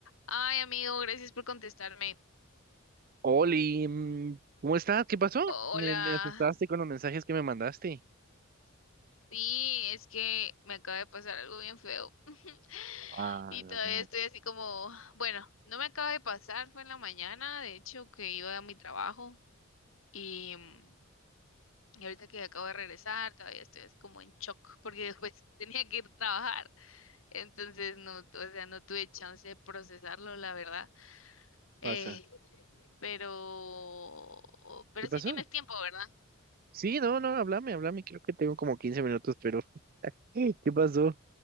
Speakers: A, on the left; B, on the right.
A: Ay, amigo, gracias por contestarme.
B: Oli, mm, ¿cómo estás? ¿Qué pasó?
A: Hola.
B: Me, me asustaste con los mensajes que me mandaste.
A: Sí, es que me acaba de pasar algo bien feo. <laughs>
B: Ah,
A: Y
B: no,
A: todavía
B: no.
A: estoy así como, bueno, no me acaba de pasar, fue en la mañana, de hecho, que iba a mi trabajo y, mm, y ahorita que acabo de regresar, todavía estoy así como en shock porque después <laughs> tenía que ir a trabajar. Entonces, no, tu- o sea, no tuve chance de procesarlo, la verdad. Eh,
B: Pasa.
A: pero, pero
B: ¿Qué pasó?
A: sí tienes tiempo, ¿verdad?
B: Sí, no, no, háblame, háblame. Creo que tengo como 15 minutos, pero <laughs> ¿qué pasó?